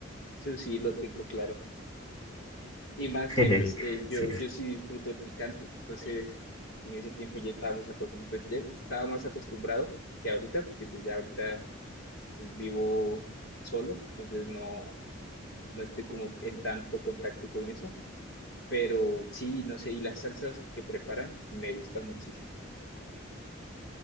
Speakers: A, on the left (about 60°); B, on the left (about 20°).
A: eso sí lo tengo claro. Y más que
B: <laughs>
A: pues eh, yo,
B: Sí,
A: yo
B: sí,
A: sí disfruto el picante, entonces en ese tiempo ya estábamos acostumbrados, pues ya estaba más acostumbrado que ahorita, porque pues ya ahorita pues, vivo solo, entonces no, no estoy como en tanto contacto con eso, pero sí, no sé, y las salsas que preparan me gustan muchísimo.